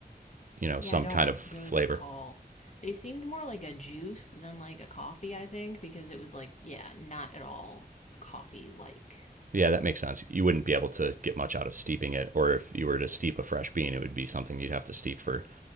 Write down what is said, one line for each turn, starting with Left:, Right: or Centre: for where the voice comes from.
Right: you know,
Left: Yeah,
Right: some
Left: I don't
Right: kind of flavor.
Left: really recall. They seemed more like a juice than like a coffee, I think, because it was like, yeah, not at all coffee like.
Right: Yeah, that makes sense. You wouldn't be able to get much out of steeping it, or if you were to steep a fresh bean, it would be something you'd have to steep for